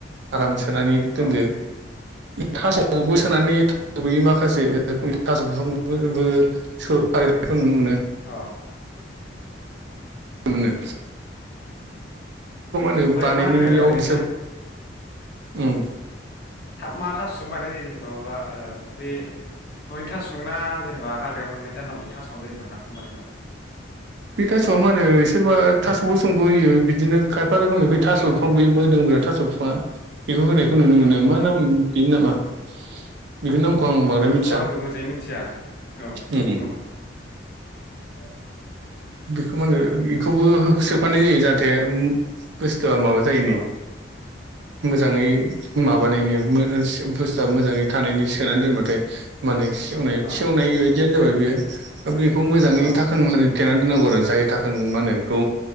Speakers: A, on the right (about 65°); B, on the left (about 55°).
A: आराम सोनानै दोनदो।
B: औ
A: थासबो सोनानै <unintelligible> माखासे थास बिसंफोरबो सोफा खो नुनो
B: अ
A: मोनो
B: ओमफ्राय
A: <unintelligible> <unintelligible> बानायनायाव
B: मा होनो ओरैनो
A: जोब उम
B: मा थासजों बानायनाय जायो जेनेबा माबा बे ननि थासजोंना जेनेबा हाग्रायाव मोननाय जानला मोनला थास आनो जायो नामा नाफाम बानायनायाव
A: बे थासआ मा होनो सोरबा थास गोसोमखौ होयो बिदिनो खाय बेै थास'
B: अ
A: बिफां बै मोदोमग्रा थास' बिफाङा बेखौ होनायखौ नुनो
B: औ
A: मोनो
B: औ
A: मा
B: नंगौ
A: नाम बिनि नामा बेफोरनि नामखौ आं बांद्राय
B: बेखौथ'
A: मिथिया
B: आंबो मोजाङै मिथिया औ
A: उम
B: नंगौ <unintelligible> <inaudible>
A: बेखौ मा होनो बेखौबो सोफानाय जायो जाहाथे माबा जायोनि
B: औ <unintelligible> <inaudible>
A: मोजाङै माबानायनि बुस्थुआ मोजाङै थानायनि सोनानै दोनबाथाय माने सेवनाय
B: अ
A: सेवनाय बायदियानो जाबाय बेयो दा बेखौ मोजाङै
B: औ
A: थाखोन मानि थेना दोननांगौ आरो जाय थाखोन माने बेखौ